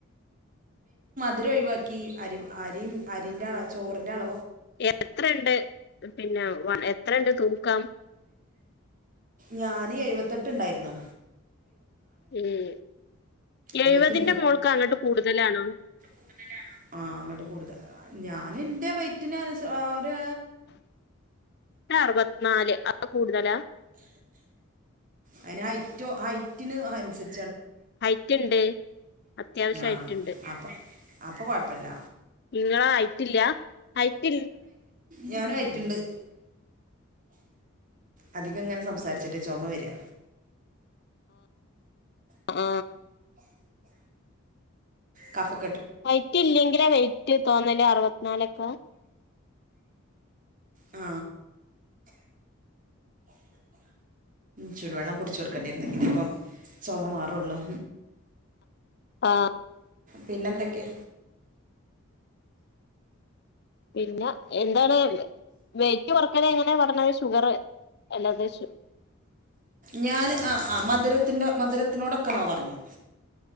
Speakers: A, on the right; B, on the left.
A: തിരി ഒഴിവാക്കി അരി അരി അരിൻ്റെ അള ചോറിൻ്റെ അള
B: എത്രണ്ട്. പിന്നെ എത്ര ഉണ്ട് തൂക്കാം?
A: ഞാന്. എഴുപത്തെട്ട് ഉണ്ടായിരുന്നു.
B: ഉം എഴുപതിന്റെ
A: എഴുപത്തി
B: മോൾക്ക് അങ്ങോട്ട് കൂടുതലാണോ?
A: <unintelligible> ആഹ അങ്ങോട്ട് കൂടുത, ഞാന എന്റെ വെറ്റിന് ഞാനി ഞാന്
B: <inaudible> നാല് ആ <unintelligible> കൂടുതലാ?
A: അതിന് ഹൈറ്റോ ഹൈറ്റിന് അനുസരി
B: ഹൈറ്റ്. ഉണ്ട് അത്യാവശ്യം
A: ആഹ്
B: ഹൈറ്റ്ണ്ട്
A: അപ്പൊ അപ്പൊ കുഴപ്പല്ല.
B: നിങ്ങെള. ആയിറ്റില്ല ആയിറ്റി
A: ഞാനു ആയിറ്റുണ്ട്. അധികം ഇങ്ങനെ സംസാരിച്ചിട്ട് ചുമ വെരെ.
B: ആ
A: കഫം
B: വൈറ്റ് ഇല്ലെങ്കിലാ, വെറ്റ് തോന്നല് അറുപത്തിനാലൊക്കെ
A: ആ ചുടുവെള്ളം കുടിച്ച്കൊടുക്കേണ്ടിരു ന്നെങ്കിലെഇപ്പ, ചുമ മാറുള്ളൂ.
B: ആ
A: പിന്നെന്തൊക്കെ?
B: പിന്നെ എന്താണ്? വെയ്റ്റ് കൊറക്കലെ എങ്ങനെ പറഞ് ഷുഗറ് എല്ലാത, ഷു
A: ഞാന് ആ ആ മധുരത്തിന്റെ മധുരത്തിനോടൊക്കെ, നോ പറഞ്ഞു.